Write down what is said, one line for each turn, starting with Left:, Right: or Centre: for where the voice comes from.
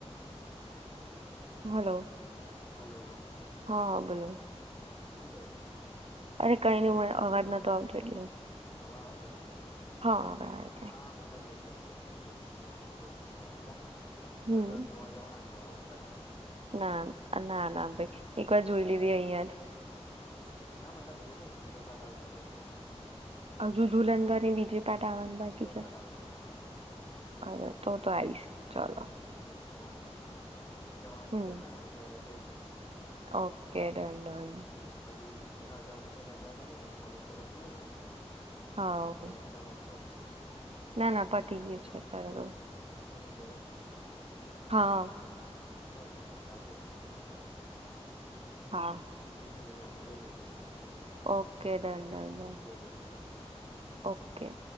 Right: હલો.
Left: હલો.
Right: હા હ બોલો.
Left: શું થયું.
Right: અરે કઈને મ અવાજ નતો આવતો એટલે.
Left: હવે આવેજ બરાબર.
Right: હા હાવે આવે છે.
Left: હા મતલબ એજ કેતો હતો પેલું મુવીઝ નું અમે લોકોને જોવા ગેલા ને.
Right: હમ
Left: ફરી વાર જોવા જવાના છે. આવું તારે
Right: ના ના ના ભાઈ એક વાર જોઈ લીધી અહિયાં.
Left: <inaudible> ના મતલબ એ નહી બીજો પાાર્ટ આવશે ને એ જોવા જઈશું અમે.
Right: હજુ ધુલંધરની બીજી પાર્ટ આવવાનું બાકી
Left: બીજો
Right: છે
Left: પાર્ટ આવશે હા હા
Right: હવે તો તો આવીઈશ ચલો.
Left: હમ વાંધો ની હને જવાન
Right: હમ
Left: થશે ને ત્યારે કઈ દિવસ.
Right: ઓકે. ડન ડન
Left: હમ્મ પાછી રાજાનો રજા તો નહી કોલેજ તો પતી જશે ને અત્યાર તો.
Right: હા
Left: કઈ એક્ઝામ આવશે હજુ.
Right: ના ના પતી ગયુ છે પહેલું
Left: ઘરે છો ને
Right: હા.
Left: બસ તો પછી આવજે ટાઈમ કાઢીને.
Right: હા.
Left: ટિકિટ ને બધું અમે લઈ લઈશું એ તો. <unintelligible>
Right: ઓકે ડન ડન
Left: પછી
Right: ડન
Left: જોઈ લઈશું બધું.
Right: ઓકે.